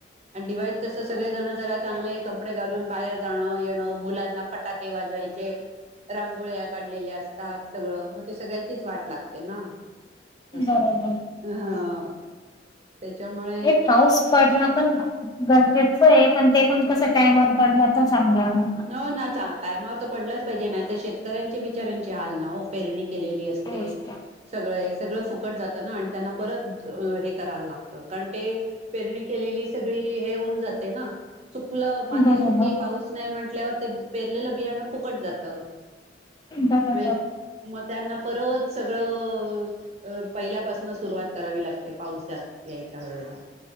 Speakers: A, on the right; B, on the left.
A: आणि डदिवाळीत कसं सगळे जण जरा चांगलं कप कपडे घालून बाहेर जाणं येणं मुलांना फटाके वाजवायचे रांगोळ्या काढलेले असतात सगळं मग ते सगळ्याचीच वाट लागते ना असं.
B: बरोबर
A: हा त्याच्यामुळे
B: एक पाऊस पडण पण गरजेच ए पण ते पण कस टाइमवर पडण पण चांगलं ना.
A: हो ना टायमावर तर पडलाच पाहिजे नाही तर शेतकऱ्यांचे बिचार्यांची हाल ना हो पेरणी केलेली आहे. अस्ते
B: तोच तर.
A: सगळं हे सगळं फुकट जातं ना आणि त्यांना परत हे करायला लागत कारण ते पेरणी केलेली सगळी हे होऊन जाते ना. सुकलं माती
B: बरोबर
A: सुकी पाऊस नाही म्हटल्यावर ते पेरलेलं बियाणं फुकट जात.
B: बरोबर
A: म मग त्यांना परत सगळं अ पहिल्यापासून सुरुवात करावी लागते पावसात यायच्या वेळेला